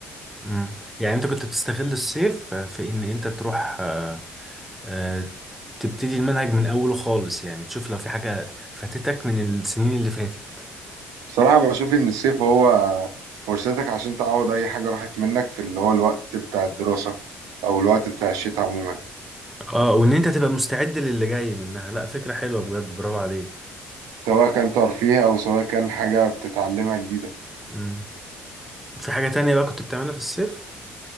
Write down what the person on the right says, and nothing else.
بصراحة بشوف إن الصيف هو فرصتك عشان تعوض أي حاجة راحت منك في اللي هو الوقت بتاع الدراسة أو الوقت بتاع الشتاء عموما
سواء كان ترفيه أو سواء كان حاجة بتتعلمها جديدة